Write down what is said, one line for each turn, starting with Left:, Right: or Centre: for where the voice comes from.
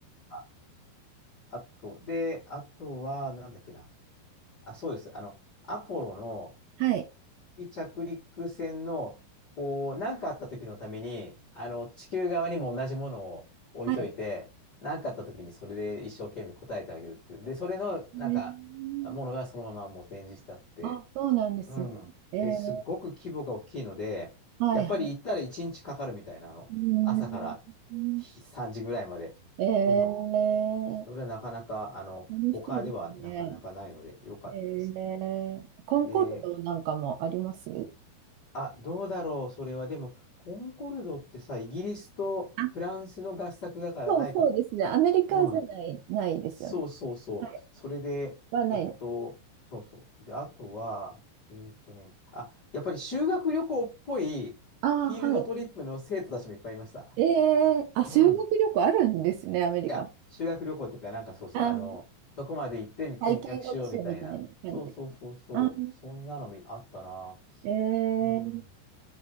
Left: あ、あと、で、あとは、なんだっけな。あ、そうです。あの、アポロの、
Right: はい、
Left: 着陸船の、こう、何かあった時のために、あの、地球側にも同じものを置いといて、
Right: はい。
Left: 何かあった時にそれで一生懸命答えてあげるっていう。で、それの、
Right: えー、
Left: なんか、ものがそのままもう展示してあって、
Right: あ、そうなんですね。
Left: うん。
Right: えー、
Left: で、すごく規模が大きいので、
Right: はい、
Left: やっぱり行ったら1日かかるみたいな、
Right: はい。
Left: あの、
Right: うん
Left: 朝からひ3時ぐらいまで。
Right: えー、
Left: うん。それはなかなか、あの、
Right: 楽しそうですね。
Left: 他ではなかなかないので、良かったです。
Right: えー、コンコルドなんかもあります
Left: で、あ、どうだろう、それは。でも、コンコルドってさ、イギリスとフランスの合作だからないかも。
Right: あそう、そうですね。アメリカじゃない、
Left: うん。
Right: ないですよね。
Left: そうそうそう。
Right: はい。
Left: それで、
Right: はない。
Left: えっと、そうそう。で、あとは、えーっとね、あ、やっぱり修学旅行っぽいフィールドトリップの生徒たちもいっぱいいました。
Right: ああ、はい。えーあ、修学旅行あるんですね、
Left: うん。
Right: アメリカも。
Left: いや、修学旅行っていうか、なんかそうそう、
Right: あー、
Left: あの、そこまで行って見学しようみたいな。
Right: 体験学習みたいな感じですか。
Left: そうそうそうそう。
Right: ああ、
Left: そんなのみあったな。
Right: えー
Left: うん。